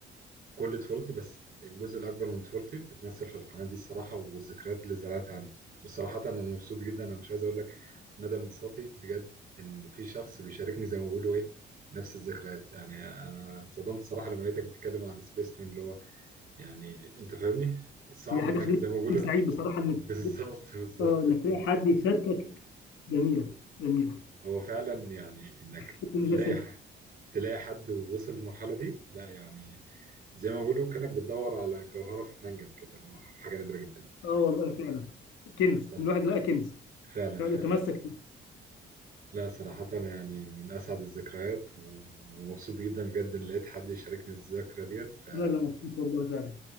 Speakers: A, on the right; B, on the left.
A: كل طفولتي بس الجزء الأكبر من طفولتي بيتمثل في القناة دي الصراحة والذكريات اللي زرعتها عندي والصراحة أنا مبسوط جدا أنا مش عايز أقول لك مدى انبساطي بجد إن في شخص بيشاركني زي ما بيقولوا إيه نفس الذكريات يعني أنا انصدمت الصراحة لما لقيتك بتتكلم عن سبيس تون اللي هو يعني أنت فاهمني صعب
B: هي حاجة
A: إنك
B: خلتني
A: زي ما بيقولوا
B: سعيد بصراحة إنك
A: <laughs> بالظبط بالظبط
B: آه إنك
A: اللي
B: تلاقي
A: هو
B: حد يشاركك جميلة جميلة
A: هو فعلا يعني إنك
B: شكرا إن
A: تلاقي
B: ده سر.
A: ح- تلاقي حد ووصل للمرحلة دي لا يعني زي ما بيقولوا كأنك بتدور على جوهرة في منجم كده اللي هو حاجة نادرة جدا
B: آه والله فعلا كنز
A: صح
B: الواحد لقى كنز
A: فعلا
B: يقعد
A: فعلا
B: يتمسك فيه
A: لا صراحة يعني من أسعد الذكريات و- ومبسوط جدا بجد إن لقيت حد يشاركني الذكرى ديت ف...
B: لا لا مبسوط والله فعلا